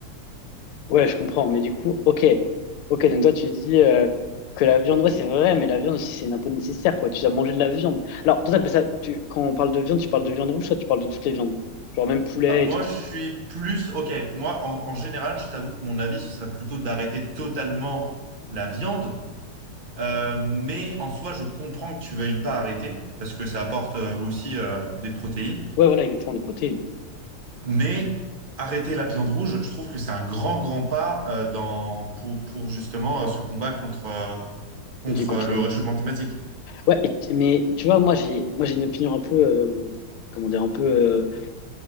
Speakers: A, on the left (about 80°); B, on the right (about 40°).
A: Ouais, je comprends, mais du coup, ok. Ok, donc toi, tu dis euh, que la viande, ouais, c'est vrai, mais la viande aussi, c'est un peu nécessaire, quoi. Tu dois manger de la viande. Alors, toi, t'appelles ça, tu, quand on parle de viande, tu parles de viande rouge, toi, tu parles de toutes les viandes. Genre même poulet
B: Ah, moi,
A: et tout.
B: je suis plus... Ok, moi, en, en général, je t'avoue que mon avis, ce serait plutôt d'arrêter totalement la viande. Euh, mais en soi, je comprends que tu veuilles pas arrêter, parce que ça apporte euh, aussi euh, des protéines.
A: Ouais, voilà, exactement, des protéines.
B: Mais arrêter la viande rouge, je trouve que c'est un grand, grand pas euh, dans, pour, pour justement euh, ce combat contre, euh, contre
A: Ok, contre
B: euh, le
A: les...
B: réchauffement climatique.
A: Ouais, et- mais tu vois, moi, j'ai moi, j'ai une opinion un peu, euh, comment dire, un peu euh,